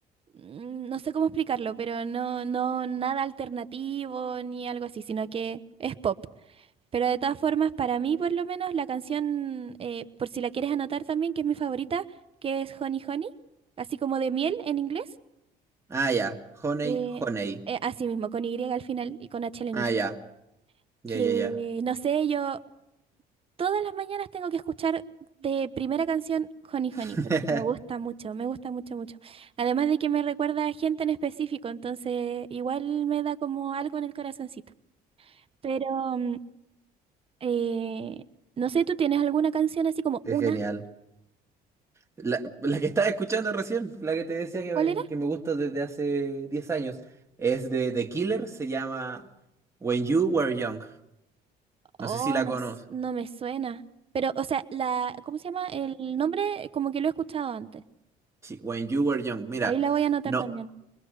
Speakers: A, on the right; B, on the right.
A: mm, no sé cómo explicarlo, pero no, no nada alternativo ni algo así, sino que es pop. Pero de todas formas, para mí por lo menos la canción, eh, por si la quieres anotar también, que es mi favorita, que es Honey Honey, así como de miel en inglés,
B: Ah, ya, Honey,
A: eh,
B: Honey.
A: eh, así mismo, con Y al final y con H al inicio.
B: Ah, ya, ya,
A: Que
B: ya,
A: no
B: ya.
A: sé, yo Todas las mañanas tengo que escuchar de primera canción Honey
B: <laughs>
A: Honey, porque me gusta mucho, me gusta mucho, mucho. Además de que me recuerda a gente en específico, entonces igual me da como algo en el corazoncito. Pero mm, eh, no sé, ¿tú tienes alguna canción así como
B: Es
A: una?
B: genial. La, la que estaba escuchando recién, la que te decía que
A: ¿Cuál
B: me,
A: era?
B: que me gusta desde hace 10 años, es de The Killer, se llama When You Were Young.
A: Oh,
B: No sé si la
A: no,
B: conoces.
A: s- no me suena. Pero, o sea, la, ¿cómo se llama? El nombre como que lo he escuchado antes.
B: Sí, When You Were Young. Mira,
A: Ahí la voy a anotar
B: no.
A: también.